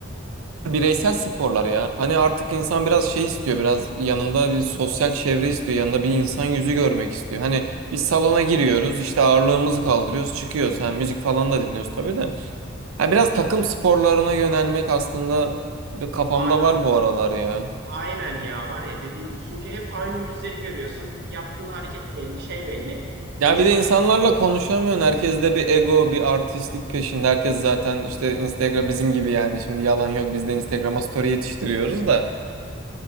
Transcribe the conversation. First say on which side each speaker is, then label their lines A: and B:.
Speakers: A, on the right; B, on the right.
A: bireysel sporlar ya. Hani artık insan biraz şey istiyor, biraz yanında bir sosyal çevre istiyor, yanında bir insan yüzü görmek istiyor. Hani biz salona giriyoruz, işte ağırlığımızı kaldırıyoruz, çıkıyoruz. Ha, müzik falan da dinliyoruz tabii de. Ha, biraz takım sporlarına yönelmek aslında bir kafamda
B: A-
A: var bu aralar ya.
B: aynen ya var ya dediğin gibi. Çünkü hep aynı yüzleri görüyorsun. Yaptığın hareket belli şey belli.
A: Ya
B: İnsan
A: bir de insanlarla konuşamıyorsun. Herkes de bir ego, bir artistlik peşinde. Herkes zaten işte Instagram bizim gibi yani. Şimdi yalan yok. Biz de Instagram'a story yetiştiriyoruz da.